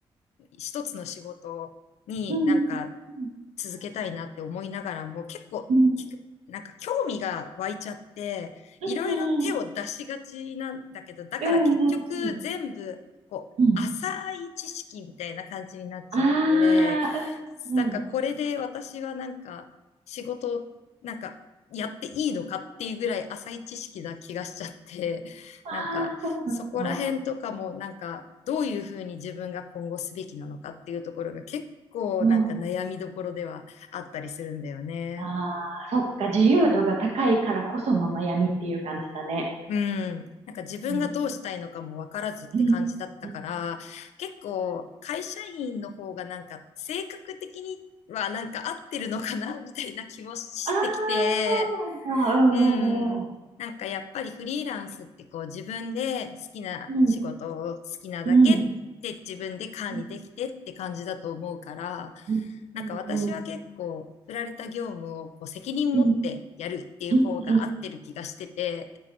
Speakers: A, on the left; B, on the right.
A: 一つの仕事になんか
B: うん、うん、
A: 続けたいなって思いながらも結構きなんか興味が湧いちゃって、
B: うん、うん、
A: いろいろ手を出しがちなんだけど、
B: う
A: だから結局全部こう浅い知識みたいな感じになっちゃって、
B: ん、うん、うん、うん、うん、うんうんうんあー、うん、
A: なんかこれで私はなんか仕事をなんかやっていいのかっていうぐらい浅い知識な気がしちゃって、
B: うん、うん。あー、
A: なんかそこら辺とかもなんかどういうふうに自分が今後すべきなのかっていうところが結構なんか悩みどころではあったりするんだよね。
B: そうなんだ。うん。あー、そっか、自由度が高いからこその悩みっていう感じだね。
A: うん。なんか自分がどうしたいのかもわからずって感じだったから、
B: うん、うん、うん。
A: 結構会社員の方がなんか性格的にはなんか合ってるのかなみたいな気もしてきて、
B: あー、そうなんだ。
A: うん。なんかやっぱりフリーランスってこう自分で好きな仕事を好きなだけって自分で管理できてって感じだと思うから、
B: うん、うん、うん。うん、うん。うんうん、
A: なんか私は結構振られた業務をこう責任持ってやるっていう方が合ってる気がしてて、
B: うん、うん、うん、うん、